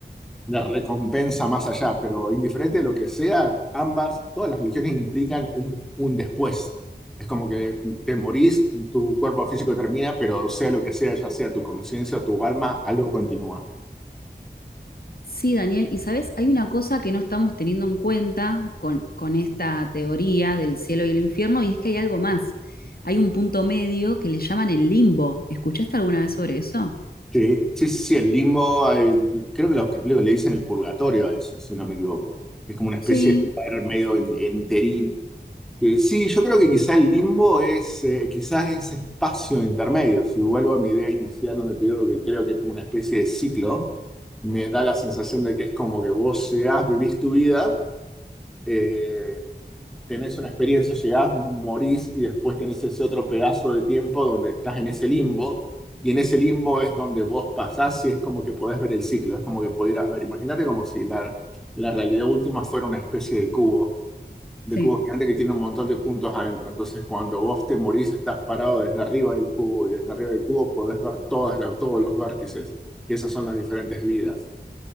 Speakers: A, in the centre; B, on the left.
A: de recompensa más allá. Pero indiferente de lo que sea, ambas, todas las religiones implican un, un después. Es como que te morís, tu cuerpo físico termina, pero sea lo que sea, ya sea tu conciencia o tu alma, algo continúa.
B: Sí, Daniel, y sabes, hay una cosa que no estamos teniendo en cuenta con, con esta teoría del cielo y el infierno, y es que hay algo más. Hay un punto medio que le llaman el limbo. ¿Escuchaste alguna vez sobre eso?
A: Sí, sí, sí, el limbo, el- creo que los católicos le dicen el purgatorio a eso, si no me equivoco. Es como una especie
B: Sí,
A: de lugar medio en- enterín Eh, sí, yo creo que quizás el limbo es eh, quizás ese espacio intermedio. Si vuelvo a mi idea inicial donde te digo que creo que es como una especie de ciclo, me da la sensación de que es como que vos llegás, vivís tu vida, eh, tenés una experiencia, llegás, morís y después tenés ese otro pedazo de tiempo donde estás en ese limbo y en ese limbo es donde vos pasás y es como que podés ver el ciclo, es como que pudieras ver, imagínate como si la, la realidad última fuera una especie de cubo de
B: sí.
A: cubo gigante que tiene un montón de puntos adentro. Entonces, cuando vos te morís, estás parado desde arriba del cubo y desde arriba del cubo podés ver todas las- todos los vértices, que esas son las diferentes vidas.